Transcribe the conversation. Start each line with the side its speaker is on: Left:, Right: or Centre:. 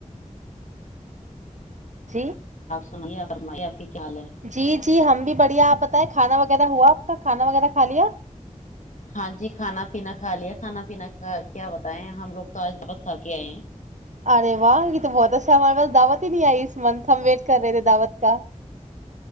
Right: جی
Left: <inaudible> کیا حال ہے
Right: جی جی ہم بھی بڑھیا آپ بتائیں کھانا وغیرہ ہوا آپ کا کھانا وغیرہ کھا لیا
Left: ہاں جی کھانا پینا کھا لیا کھانا پینا کا کیا بتائے ہم لوگ تو آج بہت کھا کے آئے ہیں
Right: ارے واہ یہ تو بہت اچھا ہمارے پاس دعوت ہی نہیں آئی اس منتھ ہم ویٹ کر رہے تھے دعوت کا